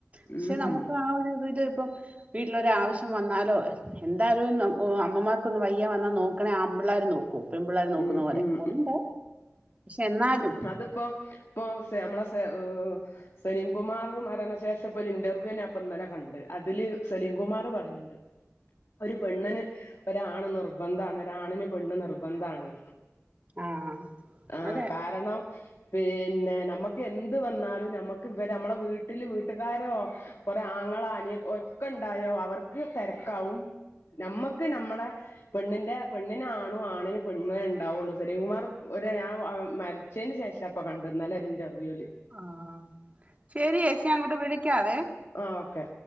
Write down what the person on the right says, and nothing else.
പക്ഷെ
നമ് ക്ക് ആ ഒര് ഇത് ല് ഇപ്പം വീട്ടിലൊര് ആവശ്യം വന്നാലോ എന്തായാലും അമ്മമാർക്കൊന്ന് വയ്യ വന്നാ നോക്കണേ ആമ്പിള്ളേര് നോ ക്കോ പെമ്പിള്ളേര് നോക്കുന്ന
പോലെ
ഓനുണ്ടാവും പക്ഷെ എന്നാലും
ആ
അതെ
ആഹ് ശരിയേച്ചി ഞാനങ്ങോട്ട് വിളിക്കാവെ